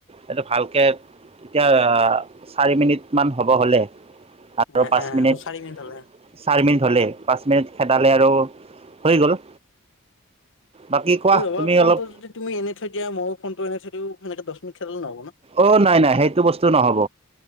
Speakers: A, on the right (about 25°); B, on the left (about 60°).
A: এইটো ভালকে এতিয়া চাৰি মিনিট মান হ'ব হলে। আৰু
B: এ
A: পাঁচ
B: এ
A: মিনিট,
B: অ চাৰি হ'লে
A: চাৰি মিনিট হলে পাঁচ মিনিট খেদালে আৰু হৈ গল। বাকী কোৱা
B: এই বাবা
A: তুমি
B: ফোনটো
A: অলপ
B: যদি তুমি এনে থৈ দিয়া ময়ো ফোনটো এনে থৈ দিও সেকে দ খেললে নহ'ব। ন
A: অ', নাই-নাই সেইটো বস্তু নহ'ব।